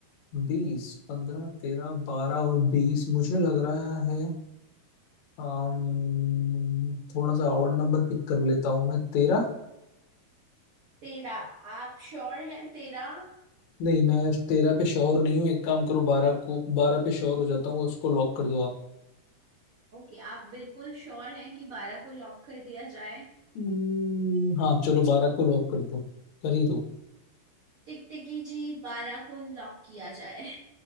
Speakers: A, on the left; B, on the right.
A: बीस पंद्रह तेरह बारह और बीस मुझे लग रहा है अम्म, थोड़ा सा और नंबर पिक कर लेता हूँ मैं तेरह
B: तेरा आप श्योर हैं तेरा
A: नहीं मैं तेरह पे श्योर नहीं हूँ एक काम करो बारह को बारह पे श्योर हो जाता हूँ उसको लॉक कर दो आप
B: ओके आप बिल्कुल श्योर हैं कि बारह को लॉक कर दिया जाए
A: हम्म, हाँ चलो बारह को लॉक कर दो कर ही दो
B: टिकटिकी जी बारह को लॉक किया जाए